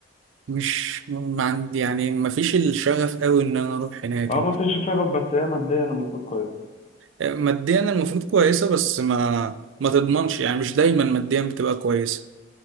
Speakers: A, on the right; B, on the left.
A: مش ما عندي يعني ما فيش الشغف قوي ان انا اروح هناك
B: اه ما فيش شغف بس هي ماديا المفروض كويسة
A: ماديا المفروض كويسه بس ما ما تضمنش يعني مش دايما ماديا بتبقى كويسه